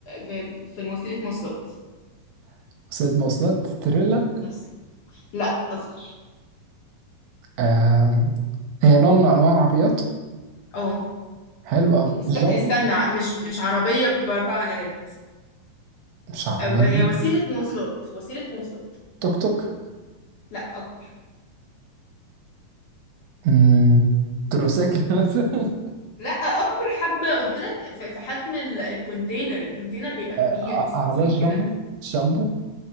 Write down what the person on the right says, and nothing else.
<laughs> وسيلة مواصلات تريلا
آم. هي نوع من انواع العربيات
حلو قوي
الجامبو
مش عربية
توك توك
مم. تروسيكل <laughs> مثلا
ع-
عربية جامبو
جامبو